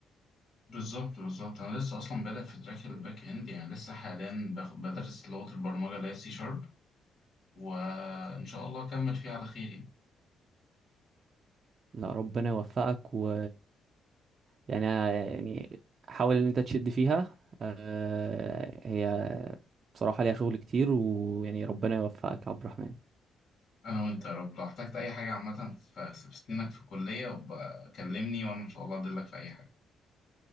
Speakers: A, on the left; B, on the right.
A: بالظبط بالظبط انا لسه اصلا بادئ في تراك الباك اند يعني لسه حاليا بخ- بدرس لغة البرمجة اللي هي سي شارب وان شاء الله اكمل فيه على خير يعني
B: لا ربنا يوفقك و يعني آه، يعني حاول ان انت تشد فيها آه، هي بصراحة ليها شغل كتير ويعني ربنا يوفقك يا عبد الرحمن
A: انا وانت يا رب لو احتجت اي حاجة عامة في في سنينك في الكلية بقى كلمني وانا ان شاء الله ادلك في اي حاجة